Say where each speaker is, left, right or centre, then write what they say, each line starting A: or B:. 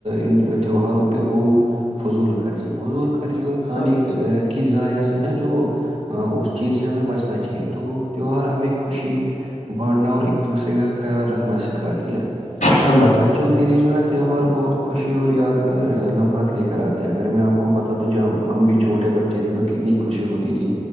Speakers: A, on the right; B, on the left.
A: ان تہوہاروں پہ وہ فضول خرچی فضول خرچی اور کھانے
B: ہاں بھائی جان
A: کی ذضائع سے نا جو چیز سے ہمیں بچنا چاہیے تو تیوہار ہمیں خوشی بانٹنا اور ایک دوسرے کا خیال رکھنا سکھا دیا تو
B: ہاں بھائی
A: بچوں
B: جان
A: کے اسی لیے جو ہے تہوار بہت خوشی اور یادگار لمحات لے کر آتے ہیں اگر میں آپ کو بتادوں جو ہم بھی چھوٹے بچے تھے تو کتنی خوشی ہوتی تھی